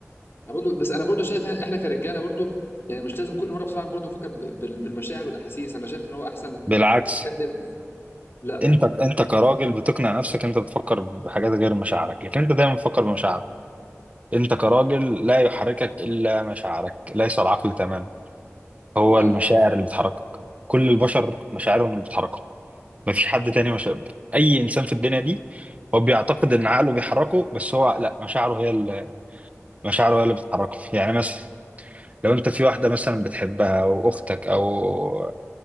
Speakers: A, on the left; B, on the right.
A: أنا برضو بس انا برضو شايف احنا كرجاله برضو يعني مش لازم كل مره بصراحه برضو نفكر بال- بالمشاعر والاحاسيس انا شايف ان هو احسن
B: بالعكس
A: نتكلم لا
B: انت انت كراجل بتقنع نفسك انت بتفكر بحاجات غير مشاعرك لكن انت دايما بتفكر بمشاعرك انت كراجل لا يحركك الا مشاعرك ليس العقل تماما هو
A: مش عارف.
B: المشاعر اللي بتحركك كل البشر مشاعرهم اللي بتحركهم مفيش حد تاني مشاعر اي انسان في الدنيا دي هو بيعتقد ان عقله بيحركه بس هو لا مشاعره هي اللي مشاعره هي اللي بتحركه يعني مثلا لو انت في واحده مثلا بتحبها او اختك او